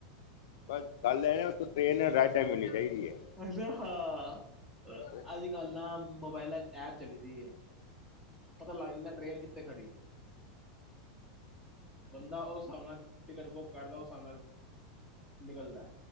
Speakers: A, on the left; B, in the centre.
A: ਬਸ ਗੱਲ ਐਹ ਨ ਉਥੋ ਟ੍ਰੇਨ ਰਾਈਟ ਟਾਈਮ ਮਿਲਣੀ ਚਾਹੀਦੀ ਐ।
B: ਅਛਾ ਹਾਂ
A: ਅੱਛਾ
B: ਅੱਜ ਕੱਲ ਨਾ ਮੋਬਾਇਲਾ ਚ ਐਪ ਚਲੀ ਦੀ ਐ। ਪਤਾ ਲਗ ਜਾਦਾ ਟ੍ਰੇਨ ਕਿੱਥੇ ਖੜੀ ਐ। ਬੰਦਾ ਉਸ ਹਿਸਾਬ ਨਾਲ ਟਿਕਟ ਬੁੱਕ ਕਰਦਾ ਉਸ ਹਿਸਾਬ ਨਾਲ ਨਿਕਲਦਾ